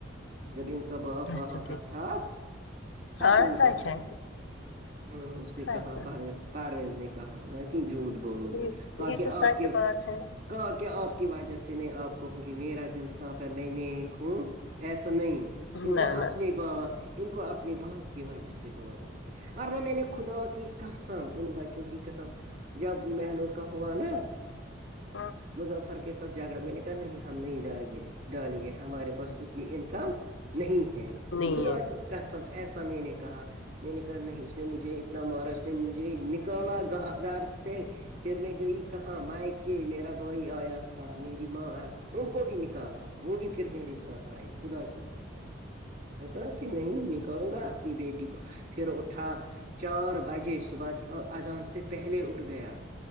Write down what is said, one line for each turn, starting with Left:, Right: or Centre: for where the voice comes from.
Right: جب ان کا باپ وہاں
Left: اچھا ٹھیک
Right: کا تھا تپ
Left: ہاں
Right: ان
Left: سچ
Right: کا
Left: ہے
Right: ہاں اس نے
Left: سچ ہے
Right: کہا پرار پرویز نے کہا میں کیوں جھوٹ بولوں
Left: یہ
Right: گی کہ کہ
Left: تو
Right: آپ
Left: سچ
Right: کے
Left: بات ہے
Right: کہاں کیا آپ کی وجہ سے نہیں آپ کہوں گی میرا دل صاف ہے میں نیک ہوں ایسا نہیں ان
Left: نا
Right: کو
Left: نہ
Right: اپنے ب ان کو اپنے اپنے باپ کی وجہ سے ہوا وہاں پہ ورنہ میں نے خدا کی کسم ان بچوں چونکہ قسم جب مہنور کا ہوا نا
Left: ہاں
Right: مظفر کے ساتھ جھگڑا میں نے کہا نہیں ہم نہیں ڈال گے ڈالیں گے ہمارے پاس اتنی انکم نہیں ہے
Left: نہیں
Right: خدا
Left: ہے
Right: کیسم ایسا میں نے کہا میں نے کہا نہیں اس نے مجھے اتنا مارا اس نے مجھے نکالا گ گھر سے پھر میں گئی کہاں مائک کے میرا بھائی آیا تھا میری ماں ان کو بھی نکالا وہ بھی پھر میرے ساتھ آئے خدا کی قسم اس نے کہا کہ نہیں میں کروں گا اپنی بیٹی کو پھر اٹھا چار بجے صبح کے اذان سے پہلے اٹھ گیا